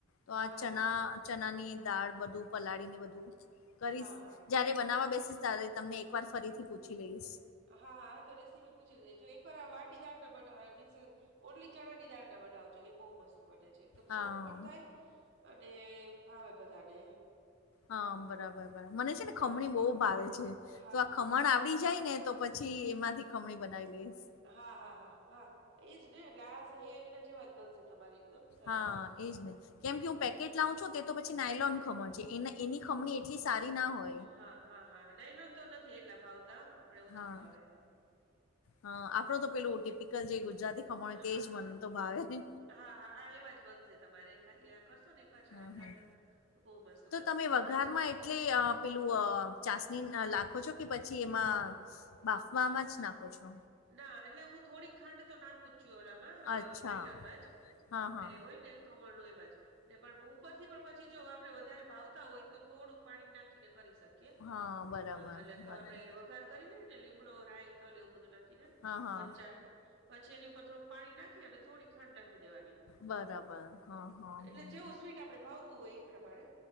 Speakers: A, on the left (about 85°); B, on the right (about 65°).
A: તો
B: હા,
A: આ ચણા ચનાની દાળ બધું પલાળીને બધું
B: હા,
A: કરીશ.
B: હા,
A: જયારે બનાવવા બેસીશ ત્યારે તમને એક વાર ફરીથી પૂછી લઈશ.
B: હા હા તો રેસીપી પૂછી લેજ એક વાર વાટીદાર ના બના ઓલી ચણા ની દાળના બનાવજો એ બહુ મસ્ત બને છે એકદમ
A: હા
B: સોફ્ટ પણ થાય અને ભાવે બધાને.
A: હા બરાબર બરાબર મને છે ને
B: હા,
A: ખમણી બહુ ભાવે છે
B: હા,
A: તો આ
B: હા,
A: ખમણ આવડી જાય ને તો પછી એમાંથી ખમણી બનાવી લઈશ
B: હા હા હા હા એજ ને એટલે આ એના જે વાત બનશે તમારે એકદમ સરસ
A: હા
B: જ.
A: એજ ને કેમ કે હું
B: હોય.
A: પેકેટ લાઉ છુ તે તો પછી નાયલોન ખમણ છે એ એની ખમણી એટલી સારી નથી હોતી
B: હા હા હા નાઈલોન તો નથી એટલા ભાવતા આપડે ઓછા
A: હા,
B: ભાવે
A: હા આપડો તો પેલું ટીપિકલ જે ગુજરાતી ખમણ
B: હા,
A: તેજ મન તો ભાવે
B: હા હા એ વા જ બધું જે તમારે ખાલી આ કરશો ને એક વાર ચણા
A: હા,
B: દાણ
A: હા.
B: ના બહુ મસ્ત
A: તો
B: બનશે
A: તમે
B: અને
A: વઘારમાં
B: પાંચ
A: એટલે અ પેલું ચાસણી લખો છો કે પછી એમાં બાફમાં
B: હા
A: જ નાખો છો
B: ના એટલે હું થોડીક ખાંડ તો નાખુ છું ગ્રામ માં
A: અચ્છા.
B: બેટરમાં જ
A: હા,
B: આપડે
A: હા.
B: હોય ને ખમણ નું એમાં જ ને પણ ઉપરથી પણ પછી જો આપડે વધારે ભાવતા હોય તો થોડુંક પાણી નાખીને કરી શકીએ કે
A: હા, બરાબર,
B: હા એટલે
A: બરાબર.
B: આપડે વઘાર કરી લેને ડો રાય તલ એવું બધું નાખીને
A: હા, હા.
B: મરચા ને પછી એની ઉપર થોડુંક પાણી નાખીને થોડીક ખાંડ નાખી દેવાની
A: બરાબર. હા, હા,
B: એટલે
A: હા.
B: જેવું સ્વીટ આપણે ભાવતું હોય એ પ્રમાણે